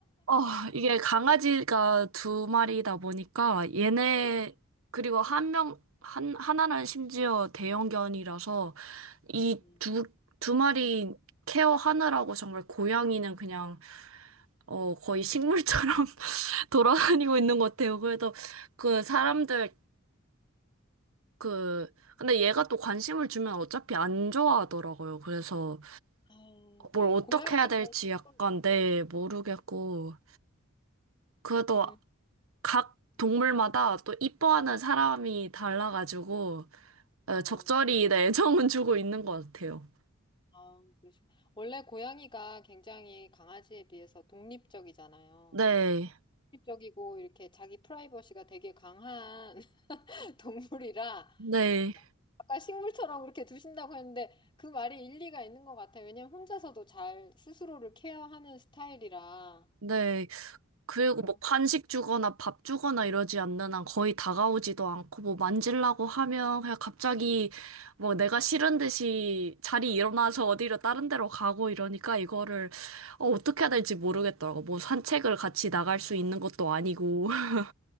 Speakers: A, on the right (about 75°); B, on the left (about 25°).
A: 어, 이게 강아지가 두 마리다 보니까 얘네,
B: 네.
A: 그리고 한 명, 한, 하나는 심지어 대형견이라서 이
B: 음.
A: 두, 두 마리 케어하느라고 정말 고양이는 그냥, 어, 거의 식물처럼 돌아다니고 있는 것 같아요. 그래서 그 사람들 그 근데 얘가 또 관심을 주면 어차피 안 좋아하더라고요. 그래서
B: 아,
A: 뭘
B: 네.
A: 어떻게
B: 고양이가
A: 해야 될지
B: 그런 슬픔이
A: 약간 네 모르겠고 그래도
B: 음,
A: 각 동물마다 또 이뻐하는 사람이 달라가지고 어,
B: 네.
A: 적절히 네, 애정은 주고 있는 것 같아요.
B: 아, 그러시고. 원래 고양이가 굉장히 강아지에 비해서 독립적이잖아요.
A: 네,
B: 독립적이고 이렇게 자기 프라이버시가 되게 강한 <laughs> 동물이라
A: 네,
B: 아까 식물처럼 그렇게 두신다고 했는데 그 말이 일리가 있는 것 같아요. 왜냐면 혼자서도 잘 스스로를 케어하는 스타일이라.
A: 네. 그리고
B: 그래서
A: 뭐 간식 주거나 밥 주거나 이러지 않는 한 거의 다가오지도 않고 뭐 만지려고 하면 그냥 갑자기 뭐 내가 싫은 듯이 자리 일어나서 어디로 다른 데로 가고 이러니까 이거를 어, 어떻게 해야 될지 모르겠더라고. 뭐 산책을 같이 나갈 수 있는 것도 아니고. <laughs>